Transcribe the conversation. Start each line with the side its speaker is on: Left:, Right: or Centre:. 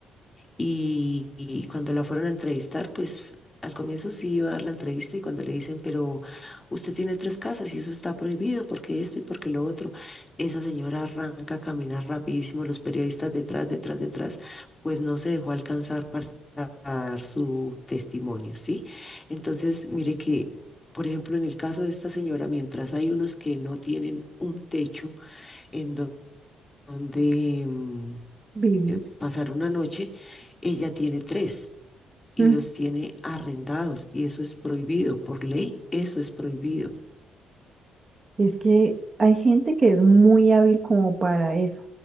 Left: y, y cuando la fueron a entrevistar, pues al comienzo sí iba a dar la entrevista y cuando le dicen, pero usted tiene tres casas y eso está prohibido porque esto y porque lo otro, esa señora arranca a caminar rapidísimo, los periodistas detrás, detrás, detrás, pues no se dejó alcanzar para dar su testimonio, ¿sí? Entonces, mire que... Por ejemplo, en el caso de esta señora, mientras hay unos que no tienen un techo en do- donde mm,
Right: Vivir.
Left: eh, pasar una noche, ella tiene tres y
Right: Mm,
Left: los tiene arrendados y eso es prohibido por ley, eso es prohibido.
Right: Es que hay gente que es muy hábil como para eso